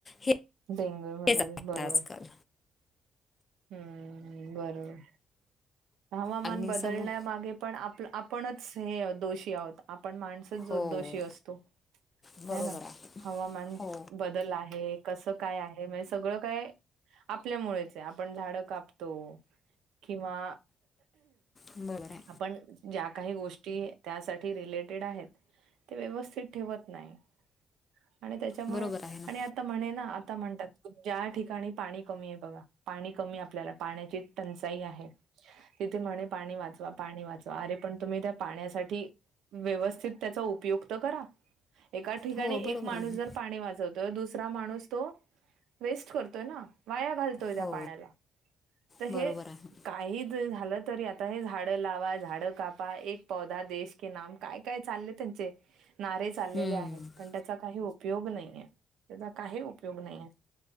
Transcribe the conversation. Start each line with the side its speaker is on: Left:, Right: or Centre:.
Left: हे
Right: डेंग्यू मलेरिया
Left: हेच आहेत
Right: बरोबर.
Left: आजकाल
Right: हम्म बरोबर हवामान
Left: आणि
Right: बदलण्यामागे
Left: समु
Right: पण आप आपणच हे दोषी आहोत आपण माणस
Left: हो
Right: दोषी असतो
Left: बरोबर
Right: ह ना
Left: आहे
Right: हवामान
Left: हो
Right: बदल आहे. कसं काय आहे म्हणजे सगळं काय आपल्यामुळेच आहे. आपण झाड कापतो किंवा
Left: बरं.
Right: आपण ज्या काही गोष्टी त्यासाठी रिलेटेड आहेत ते व्यवस्थित ठेवत नाही. आणि त्याच्यामुळे
Left: बरोबर आहे ना
Right: आणि आ आ म्हणे ना आता म्हणतात ज्या ठिकाणी पाणी कमी आहे बघा पाणी कमी आपल्याला पाण्याची टंचाई आहे तिथे म्हणे पाणी वाचवा. पाणी वाचवा अरे पण तुम्ही त्या पाण्यासाठी व्यवस्थित त्याचा उपयोग तर करा. एका ठिकाणी
Left: हो बरोबर
Right: एक माणूस
Left: आहे
Right: जर पाणी वाचवतो. तर दुसरा माणूस तर वेस्ट करतो ना वाया घालवतो.
Left: हो
Right: पाण्याला
Left: बरोबर
Right: हे
Left: आहे
Right: काही. झालं तरी आता हे झाडं लावा झाडं कापा एक पौधा देश के नाम काय काय चालले त्यांचे नारे चाललेले
Left: हम्म,
Right: आहेत पण त्याचा काही उपयोग नाही आहे त्याचा काही उपयोग नाहीे.